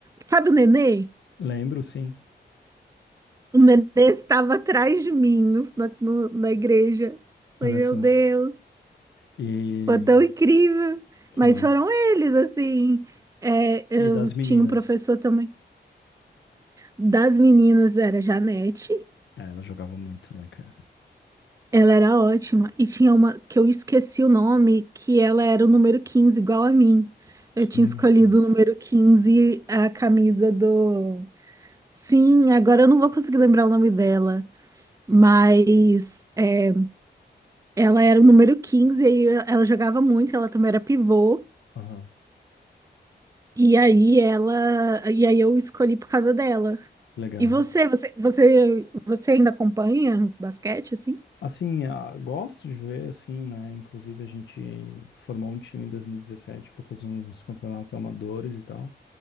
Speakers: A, on the right; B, on the left.
A: sabe o Nenê?
B: Lembro, sim.
A: O nenê estava atrás de mim no- na, no- na igreja. Falei,
B: Olha
A: meu
B: só.
A: Deus,
B: E
A: foi tão incrível.
B: que
A: Mas
B: massa.
A: foram eles, assim. É, eu
B: E das meninas?
A: tinha um professor também. Das meninas era Janete.
B: É, ela jogava muito, né, cara?
A: Ela era ótima. E tinha uma que eu esqueci o nome, que ela era o número 15 igual a mim.
B: Quinze.
A: Eu tinha escolhido o número 15 a camisa do. Sim, agora eu não vou conseguir lembrar o nome dela. Mas. é, Ela era o número 15, aí ela jogava muito, ela também era pivô.
B: Aham.
A: E aí ela, e aí eu escolhi por causa dela.
B: Legal.
A: E você, você, você, você ainda acompanha basquete assim?
B: Assim, ah, gosto de ver, assim, né? Inclusive, a gente formou um time em 2017 para fazer uns campeonatos amadores e tal.